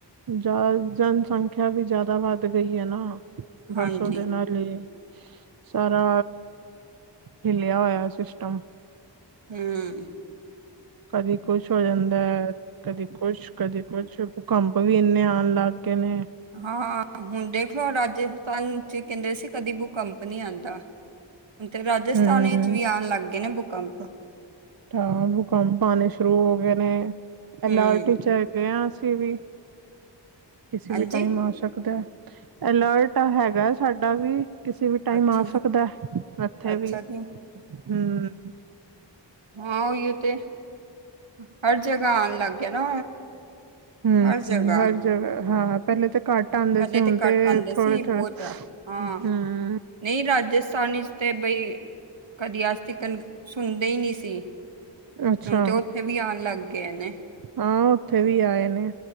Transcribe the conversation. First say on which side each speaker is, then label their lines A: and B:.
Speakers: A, on the right (about 50°); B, on the right (about 85°).
A: ਜ ਜਨਸੰਖਿਆ ਵੀ ਜ਼ਿਆਦਾ ਵੱਧ ਗਈ ਏ ਨਾ, ਬੱਸ
B: ਹਾਂਜੀ
A: ਉਹਦੇ ਨਾਲ ਹੀ ਸਾਰਾ ਹਿੱਲਿਆ ਹੋਇਆ ਸਿਸਟਮ
B: ਹੂੰ,
A: ਕਦੀ ਕੁਛ ਹੋ ਜਾਂਦਾ ਹੈ। ਕਦੀ ਕੁਛ, ਕਦੀ ਕੁਛ, ਭੂਕੰਪ ਵੀ ਇੰਨੇ ਆਣ ਲੱਗ ਗਏ ਨੇ।
B: ਹਾਂ, ਹੁਣ ਦੇਖ ਲੋ ਰਾਜਸਥਾਨ ਚ ਕਹਿੰਦੇ ਸੀ ਕਦੀ ਬੂਕੰਪ ਨੀ ਆਂਦਾ। ਤੇ ਰਾਜਸਥਾਨ
A: ਹਮ
B: ਵਿੱਚ ਵੀ ਆਣ ਲੱਗ ਗਏ ਨੇ ਭੂਕੰਪ
A: ਤਾਂ ਭੂਕੰਪ ਆਣੇ ਸ਼ੁਰੂ ਹੋ ਗਏ ਨੇ ਅਲਰਟੀ
B: ਹੂੰ
A: ਚ, ਗਏ ਹਾਂ ਅਸੀਂ ਵੀ ਕਿਸੇ
B: ਹਾਂਜੀ
A: ਵੀ ਟਾਈਮ ਆ ਸਕਦਾ। ਅਲਰਟ ਤਾਂ ਹੈਗਾ ਸਾਡਾ ਵੀ। ਕਿਸੇ ਵੀ ਟਾਈਮ
B: ਅੱਛਾ
A: ਆ ਸਕਦਾ
B: ਜੀ
A: ਇੱਥੇ
B: ਅੱਛਾ
A: ਵੀ ਹਮ,
B: ਜੀ ਹਾਂ ਓਹੀਏ ਤੇ ਹਰ ਜਗ੍ਹਾ ਆਣ ਲੱਗ ਗਿਆ ਨਾ
A: ਹਮ
B: ਹਰ ਜਗ੍ਹਾ
A: ਹਰ ਜਗ੍ਹਾ ਹਾਂ ਪਹਿਲੇ ਤਾਂ ਘੱਟ ਆਂਦੇ
B: ਪਹਿਲੇ
A: ਸੀ ਹੁਣ
B: ਘੱਟ
A: ਤੇ
B: ਆਂਦੇ
A: ਥੋੜੇ
B: ਸੀ
A: ਥੋੜੇ
B: ਬਹੁਤ ਹਾਂ
A: ਹਮ
B: ਨਹੀਂ ਰਾਜਸਥਾਨੀ ਚ ਤੇ ਬਈ ਕਦੀ ਅਜ ਤਿਕਣ ਸੁਣਦੇ ਹੀ ਨਹੀਂ ਸੀ,
A: ਅੱਛਾ
B: ਹੁਣ ਤੇ ਉੱਥੇ ਵੀ ਆਣ ਲੱਗ ਗਏ ਨੇੇ।
A: ਹਾਂ ਉੱਥੇ ਵੀ ਆਏ ਨੇ।